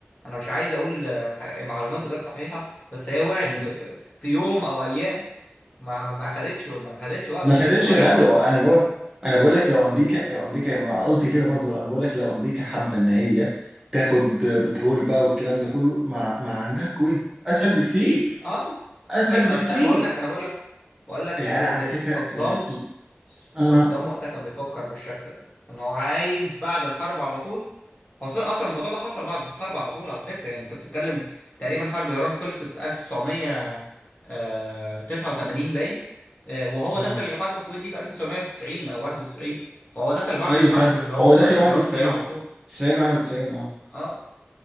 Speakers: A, on the left (about 35°); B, on the right (about 15°).
A: انا مش عايز اقول آه، ح- معلومات غير صحيحه بس هي وقعت
B: مم.
A: في في, في يوم او ايام ما ما ما خدتش ما خدتش وقت
B: ما خدتش
A: وقعت
B: غلو
A: على طول
B: انا بقول انا بقول لك لو امريكا لو امريكا انا قصدي كده برضو انا بقول لك لو امريكا حابه ان هي تاخد بترول بقى والكلام ده كله ما ما عندها الكويت اسهل بكتير
A: اه
B: اسهل
A: ايوه
B: بكتير
A: بس انا بقول لك انا بقول لك بقول لك
B: العراق
A: ال- ال-
B: على فكرة
A: ال- صدام
B: ال... ال... آه.
A: صدام وقتها كان بيفكر بالشكل ده ان هو عايز بعد الحرب على طول خاصة اصلا الموضوع ده حصل بعد الحرب على طول على فكرة يعني انت بتتكلم تقريبا حرب ايران خلصت 1989 باين آه، وهو
B: آه.
A: دخل الحرب الكويت دي في 1990 او 91 فهو دخل بعد
B: ايوه
A: الحرب
B: فاهم
A: اللي هو
B: هو
A: بتاعت
B: داخل
A: ايران
B: 91
A: دي على طول
B: 90 91 اه
A: اه